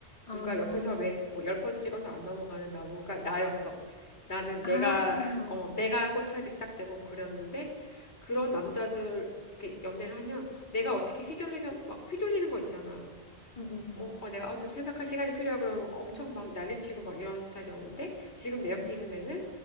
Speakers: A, on the left (about 75°); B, on the left (about 35°).
A: 누가
B: 아,
A: 옆에서 왜 뭐 열 번 찍어서 안 넘어가는 나무가 나였어. 나는
B: 아,
A: 내가, <laughs> 어, 내가 꽂혀야지 시작되고 그랬는데, 그런 남자들, 이렇게 연애를 하면 내가 어떻게 휘둘리면 막 휘둘리는 거 있잖아.
B: 응, 응, 응.
A: 어, 어, 내가 어, 지금 생각할 시간이 필요하 그러면 엄청 막 난리치고 막 이런 스타일이었는데 지금 내 옆에
B: 응.
A: 있는 애는